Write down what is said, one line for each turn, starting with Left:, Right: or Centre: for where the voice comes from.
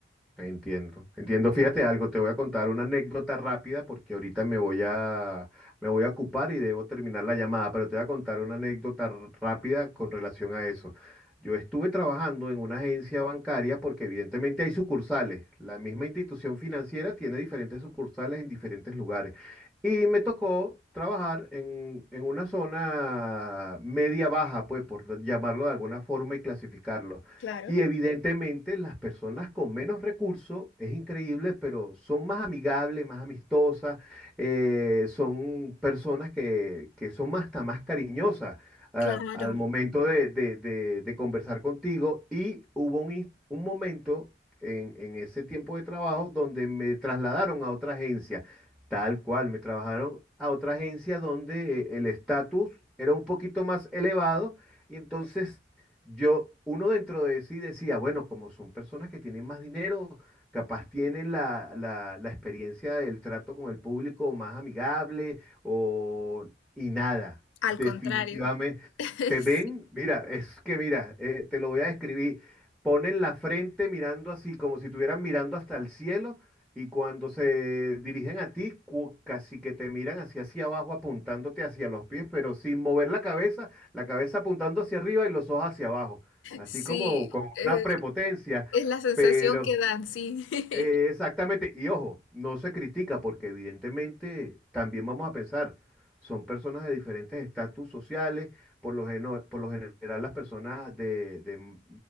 Centre: entiendo, entiendo. Fíjate algo, te voy a contar una anécdota rápida porque ahorita me voy a, me voy a ocupar y debo terminar la llamada, pero te voy a contar una anécdota r- rápida con relación a eso. Yo estuve trabajando en una agencia bancaria porque evidentemente hay sucursales. La misma institución financiera tiene diferentes sucursales en diferentes lugares. Y me tocó trabajar en, en una zona media baja, pues por llamarlo de alguna forma y clasificarlo.
Left: Claro.
Centre: Y evidentemente las personas con menos recursos, es increíble, pero son más amigables, más amistosas, eh, son personas que, que son más- hasta más cariñosas ah,
Left: Claro,
Centre: al momento de, de- de- de conversar contigo. Y hubo un, ins- un momento en, en ese tiempo de trabajo donde me trasladaron a otra agencia, tal cual, me trabajaron a otra agencia donde eh, el estatus era un poquito más elevado. Y entonces yo, uno dentro de sí decía, bueno, como son personas que tienen más dinero, capaz tienen la, la- la experiencia del trato con el público más amigable o... y nada,
Left: al
Centre: definitivamente.
Left: contrario. <laughs>
Centre: Te
Left: Sí,
Centre: ven, mira, es que mira, eh, te lo voy a describir, ponen la frente mirando así, como si estuvieran mirando hasta el cielo y cuando se dirigen a ti, cu- casi que te miran hacia hacia abajo apuntándote hacia los pies, pero sin mover la cabeza la cabeza apuntando hacia arriba y los ojos hacia abajo, así
Left: sí,
Centre: como con
Left: eh,
Centre: una prepotencia,
Left: es la sensación
Centre: pero,
Left: que dan, sí. <laughs>
Centre: eh, exactamente, y ojo, no se critica porque evidentemente también vamos a pensar, son personas de diferentes estatus sociales, por lo, geno- por lo general las personas de, de m-